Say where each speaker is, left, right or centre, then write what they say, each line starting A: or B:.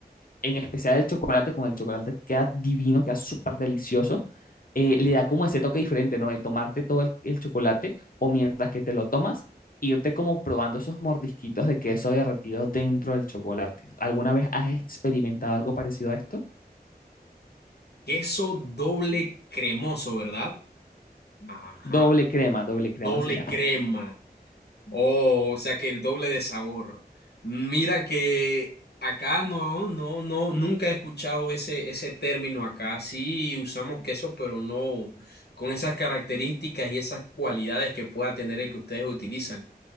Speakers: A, on the left; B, on the left.
A: en especial el chocolate, con el chocolate queda divino, queda súper delicioso, eh, le da como ese toque diferente, ¿no? El tomarte todo el, el chocolate o mientras que te lo tomas, irte como probando esos mordisquitos de queso derretido dentro del chocolate. ¿Alguna vez has experimentado algo parecido a esto?
B: Queso doble cremoso, ¿verdad? Ajá,
A: Doble crema, doble crema
B: doble
A: se llama.
B: crema. Oh, o sea que el doble de sabor. Mira que acá no, no, no, nunca he escuchado ese, ese término acá. Sí usamos queso, pero no con esas características y esas cualidades que pueda tener el que ustedes utilizan.